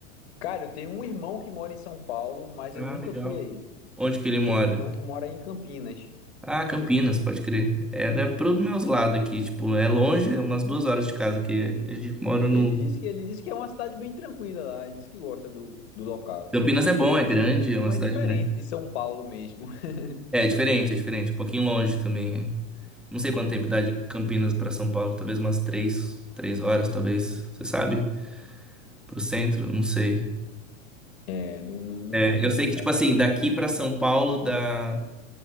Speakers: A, on the left; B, in the centre.
A: Cara, eu tenho um irmão que mora em São Paulo, mas
B: Ah,
A: eu nunca
B: legal.
A: fui aí.
B: Onde que ele mora?
A: Eu tenho um irmão que mora em Campinas.
B: Ah, Campinas, pode crer. Era pros meus lados aqui, tipo, é longe, é umas duas horas de casa aqui. A gente mora no...
A: Ele disse que ele disse que é uma cidade bem tranquila lá, ele disse que gosta do, do local.
B: Campinas é bom,
A: Ele
B: é
A: disse
B: grande,
A: que o ritmo
B: é uma cidade
A: é diferente
B: grande.
A: de São Paulo mesmo. <laughs>
B: É, é diferente, é diferente. Um pouquinho longe também. é. Não sei quanto tempo dá de Campinas para São Paulo, talvez umas três, três horas, talvez. Você sabe? Pro centro, não sei.
A: É, não, não, não
B: É,
A: conheço,
B: eu sei que,
A: cara.
B: tipo assim, daqui para São Paulo dá